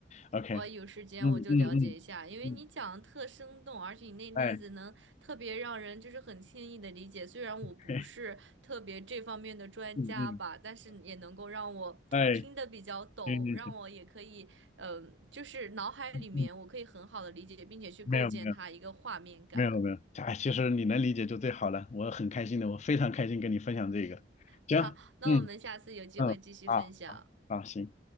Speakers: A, on the left; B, on the right.
A: OK，
B: 我有时间我就了解一下，
A: 嗯嗯嗯嗯，
B: 因为你讲的特生动，而且你那例子能特别让人就是很轻易的理解。
A: 哎，
B: 虽然我不是特别这方面的专家吧，
A: <laughs> 嗯嗯，
B: 但是也能够让我听得比较懂，
A: 哎，行行行，
B: 让我也可以，嗯、就是脑海里面我可以很好的理解，
A: 嗯，
B: 并且去构建它一个画面感。
A: 没有没有没有没有，哎，其实你能理解就最好了，我很开心的，我非常开心跟你分享这个。行，
B: 好，那我们下次有机会继续分享。
A: 嗯嗯，啊啊，好行。